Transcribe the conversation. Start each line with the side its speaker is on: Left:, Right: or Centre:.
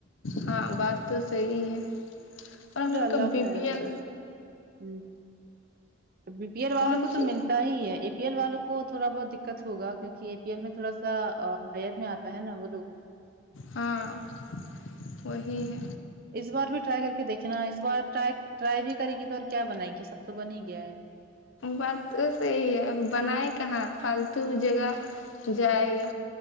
Left: ہاں بات تو صحی ہے اور ہم
Right: پھر
Left: لوگ
Right: اللہ
Left: کا بی
Right: خیر
Left: پی
Right: کرے
Left: ایل
Right: ھمم بی پی ایل والوں
Left: کون
Right: کو تو
Left: سی
Right: ملتا ہی ہے اے پی ایل والوں کو تھوڑا بہت دککت ہوگا کیوںک اے پی ایل میں تھوڑا سا ہائر میں آتا ہے نا وہ لوگ
Left: ہاں وہی ہے
Right: اس بار بھی ٹرائی کر کے دیکھے نا اس بارٹرائی ٹرائی بھی کرے گی تو اور کیا بنائے گی سب تو بن ہی گیا ہے
Left: بات تو صحیح ہے اب بنائے کہاں فالتو جگہ جائے گا